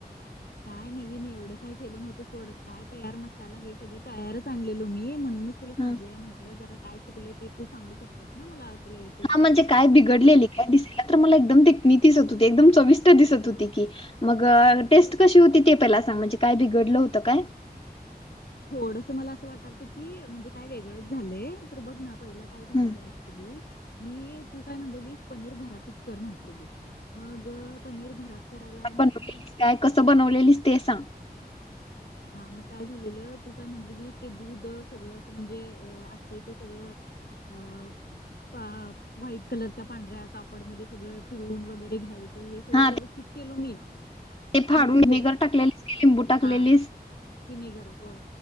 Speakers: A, on the left; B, on the left.
A: काय नवीन, एवढं काय, केलं नव्हतं सोड, काय तयार मसाला, हे सगळं तयारच आणलेलो मी, म्हणूनच तुला सांगूया
B: हा
A: म्हटलं, जरा काय चुकलं, ते तू सांगू शक त्यात ना मला, तुला येतय
B: हा
A: सगळं,
B: म्हणजे काय बिघडलेली
A: तर
B: काय दिसायला तर मला, एकदम देखणी दिसत व्हती, एकदम चविष्ट दिसत होती की, मंग अ
A: आता
B: टेस्ट कशी होती ते त्याला सांग, म्हणजे काय बिगडल होतं काय
A: थोडंसं, मला असं वाटालतं की, म्हणजे काय वेगळंच झालंय, तर बघ ना, पहिला काय झालेलं
B: हम्म.
A: य. तुम्ही, मी तू काय म्हनलेलीस, पनीर घरातच कर, म्हटलेली. मग, पनीर घरात करायला
B: ह <unintelligible> काय कसं, बनवलेलीस, ते सांग.
A: हां, मग काय झालेलं, तू काय म्हनलेली की, ते दूध सगळं, म्हणजे असत इ ते सगळं हव प, व्हाईट कलरच्या पांढऱ्या कापडमध्ये, सगळं पिळून वगैरे, घ्याय आणि सगळं
B: हा
A: व्यवस्थित केलो, मी.
B: ते फाडून,
A: क्यूब
B: विनेगर टाकलेलीस, की लिंबू टाकलेलीस?
A: हा विनेगर होय,